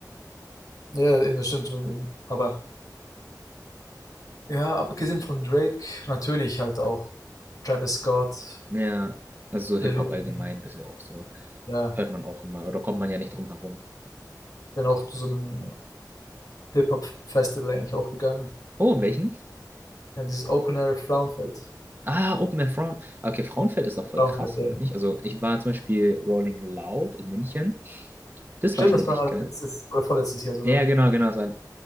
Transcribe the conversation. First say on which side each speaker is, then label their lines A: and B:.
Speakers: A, on the left; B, on the right.
A: Ja, eben, das stimmt schon. Eben. Aber ja, abgesehen von Drake, natürlich halt auch Travis Scott,
B: Ja, also so
A: Lil
B: Hip-Hop
A: Uzi,
B: allgemein, bisschen auch so.
A: ja,
B: Hört man auch immer, oder kommt man ja nicht drum herum.
A: bin auch zu so einem Hip-Hop-Festival eigentlich auch gegangen.
B: Oh, in welchen?
A: Ja, dieses Open Air Frauenfeld.
B: Ah, Open Air Frauen. Okay, Frauenfeld ist doch voll
A: Frauenfeld,
B: krass,
A: ja.
B: oder nicht? Also ich war zum Beispiel Rolling Loud in München. Das
A: Stimmt,
B: war schon
A: das war
B: echt geil.
A: letztes oder vorletztes Jahr sogar.
B: Ja, genau, genau. Es war,